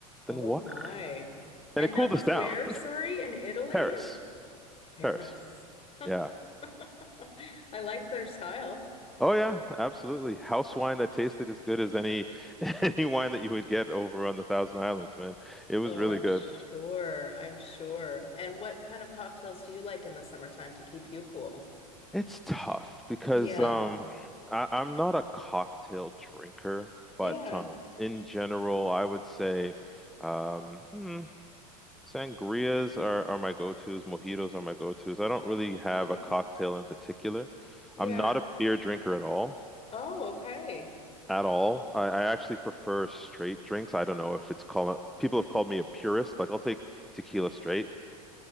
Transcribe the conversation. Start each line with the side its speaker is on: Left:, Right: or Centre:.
Centre: than
Left: Oh
Centre: water?
Left: my. And
Centre: And it cooled
Left: that was
Centre: us down.
Left: where,
Centre: <laughs>
Left: sorry, in Italy
Centre: Paris,
Left: or Paris?
Centre: Paris, yeah.
Left: <laughs> I like their style.
Centre: Oh yeah, absolutely. House wine that tasted as good as any <laughs> any wine that you would get over on the Thousand Islands, man. It was
Left: Oh,
Centre: really
Left: I'm
Centre: good.
Left: sure. I'm sure. And what kind of cocktails do you like in the summertime to keep you cool?
Centre: It's tough because
Left: Yeah.
Centre: um I, I'm not a cocktail drinker, but
Left: Yeah.
Centre: um in general I would say um mm, sangrias are, are my go-tos, mojitos are my go-tos. I don't really have
Left: Nice.
Centre: a cocktail in particular.
Left: Yeah.
Centre: I'm not a beer drinker at all.
Left: Oh, okay.
Centre: At all. I, I actually prefer straight drinks. I don't know if it's called people have called me a purist. Like I'll take tequila straight.